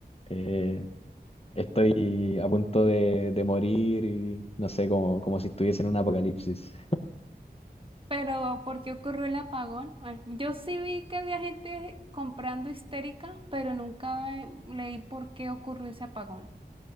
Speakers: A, on the left; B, on the right.
A: eh, estoy a punto de, de morir y no sé, como, como si estuviese en un apocalipsis.
B: pero, ¿por qué ocurrió el apagón? Ay, Yo sí vi que había gente comprando histérica, pero nunca eh, leí por qué ocurrió ese apagón.